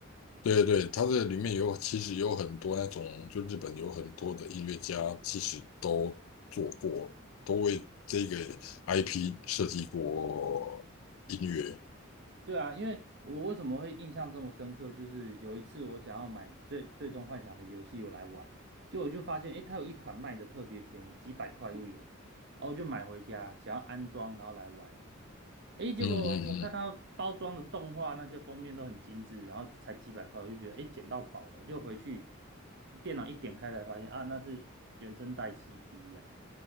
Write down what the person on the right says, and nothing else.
对啊，因为我为什么会印象这么深刻，就是有一次我想要买最《最终幻想》的游戏来玩，结果我就发现，诶，它有一款卖的特别便宜，几百块就有，然后我就买回家，想要安装，然后来玩。诶，结果我看它包装的动画那些封面都很精致，
然后才几百块，我就觉得诶，捡到宝了。就回去呃电脑一点开才发现啊，那是原声带 CD 啊，